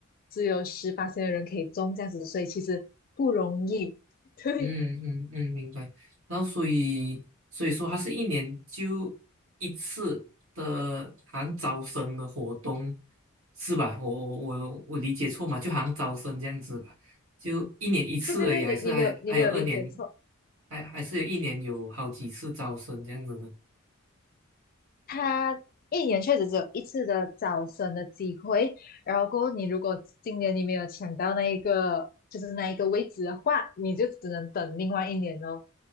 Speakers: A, on the left; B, on the right.
A: 只有十八的人可以中这样子，所以其实不容易。<laughs> 对，
B: 嗯嗯嗯，明白。然后所以所以说，它是一年就一次的含招生的活动，是吧？我我我我理解错嘛？就好像招生这样子吧，就一年一次而已，
A: 对对对，
B: 还是还有还有二年，
A: 你你没有你没有理解错，
B: 还还是有一年有好几次招生这样子呢？
A: 他一年确实只有一次的招生的机会，然后过后你如果今年你没有抢到那一个就是那一个位置的话，你就只能等另外一年哦。